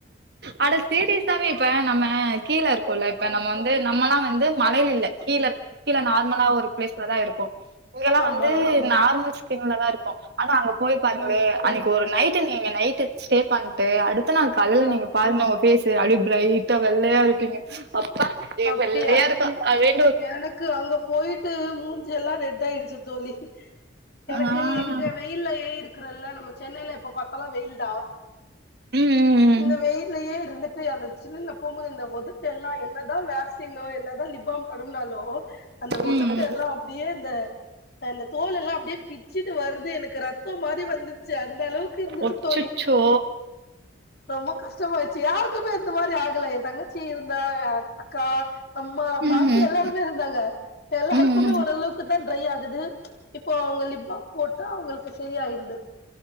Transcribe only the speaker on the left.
ஆமா
ம்
ஆ
அப்டியா
எனக்கு அங்க போயிட் ட்டு மூஞ்சி எல்லா ரெட் ஆயிடுச்சு தோழி எனக்கு
இங்க வெயில்லயே இருக்குறல்ல நம்ம சென்னையில எப்ப பாத்தாலு வெயில்டா
இந்த வெயிலயே இருந்து அந்த ஜில்ல போம்போது இந்த ஒதட்ட எல்லா என்னதா வேக்சினோ என்னதா லிப்பாம் தடவுனாலு அந்த
ஒதட்ட
எல்லா அப்டியே இந்த அந்த தோல் எல்லா அப்டியே பிச்சுட்டு வருது எனக்கு ரத்த மாரி வந்து ச்சி அந்த அளவுக்கு இருந்துச்சு
தோழி ரொம்ப கஷ்டம் அயிருச் யாருக்குமே இந்த மாரி ஆகல எ தங்கச்சி இந்தா அக்கா அம்மா
பாட் டி
எல்லாருமே இருந்தாங்க எல்லாருக்குமே
ஓரளவுக்கு தா ட்ரை ஆகுது இப்போ உங்க லிப்பாம் போட்டா அவுங்களுக்கு செரி ஆயிருது